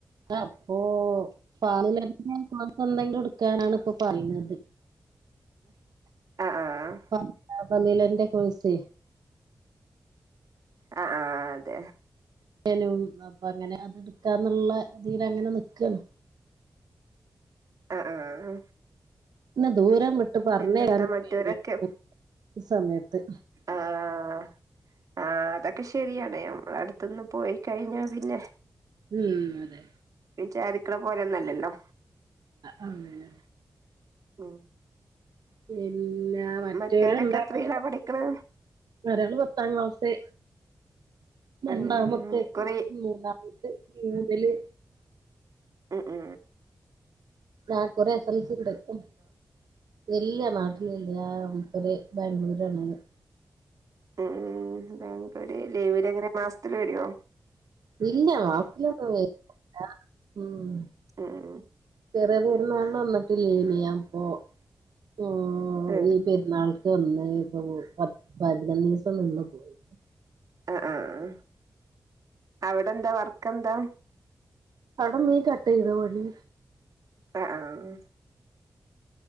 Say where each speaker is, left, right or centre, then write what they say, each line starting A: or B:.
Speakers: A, on the right; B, on the right.
A: അപ്പൊ പല കോഴ്സ് എന്തെങ്കിലും എടുക്കാനാണ് ഇപ്പൊ പറയുന്ന ത്
B: ആഹ് ആഹ്
A: ഹ പ പല്ലല എന്തെ കോഴ്സ്
B: ആഹ് ആ അതെ.
A: നും അപ്പൊ അങ്ങനെ അത് എടുക്കാന്നുള്ള ഇതില് അങ്ങനെ നിക്കാണ്.
B: ആഹ് ആഹ്.
A: ന ദൂരം വിട്ട് പറഞ്ഞാനും
B: പിന്നെന്താ മറ്റവരൊക്കെ
A: പേടിയാണ് സമയത്ത്
B: ആഹ് ആഹ് അത കഷ് ശരിയടയം ഇവിടെഅടുത്തുന്ന് പോയി കഴിഞ്ഞാൽ പിന്നെ
A: ഉം അതെ
B: വിചാരിക്ണപോലെഒന്നല്ലല്ലോ
A: ആ ഉ
B: ഉം
A: പിന്ന മറ്റേല
B: മറ്റവരൊക്കെ
A: ഇണ്ടാണ്
B: എത്രയിലാ പഠിക്കണെ
A: ഒരാള് പത്താം ക്ലാസ്സ് രണ്ടാമത്ത്
B: ഉം കുറി
A: മൂന്നാമത്ത് മൂതല്
B: മ്
A: ആകുറിഎൽസി ഉണ്ട്ഇല്ലനാട്ടിൽ ഇല്ല ഒരു ബാംഗ്ലൂര് ആണ് ഓന്
B: ഉം ബാംഗ്ലൂര് ലേവര് അങ്ങനെ മാസ ലേഡി യോ
A: ഇല്ല മാസത്തിൽ ഒന്നു വരില്ല മ്മ്
B: ഉം
A: അത പെരുന്നാളിൻവന്നിട്ടില്ലേനിയൻ അപ്പൊ ആ
B: ഏഹ്
A: ഈ പെരുന്നാൾ അത് എന്നാപ്പോ പ ത്ത് പന്ത്രണ്ട്ദിവസംന്ന് പോയി
B: ആ ആഹ അവിടെ എന്താ വർക്ക് എന്താ
A: അവിടെമീൻ കട്ട് ചെയ്ത പണി
B: ആഹ ആഹ്